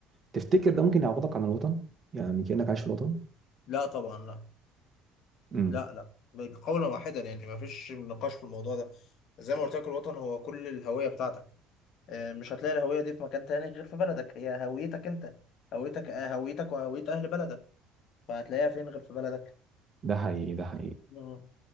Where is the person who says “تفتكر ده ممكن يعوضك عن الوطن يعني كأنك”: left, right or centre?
Right